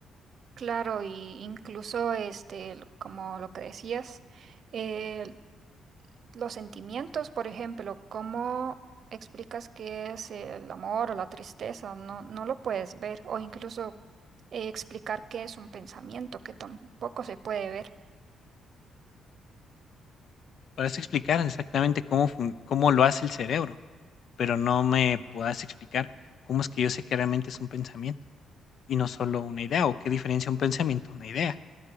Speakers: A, on the right; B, on the left.
A: Claro, y incluso este, el- como lo que decías, eh, los sentimientos, por ejemplo, ¿cómo explicas qué es el amor o la tristeza? No, no lo puedes ver, o incluso eh, explicar qué es un pensamiento, que tampoco se puede ver.
B: podrás explicar exactamente cómo, fun- cómo lo hace el cerebro, pero no me puedas explicar cómo es que yo sé que realmente es un pensamiento y no solo una idea o qué diferencia un pensamiento a una idea.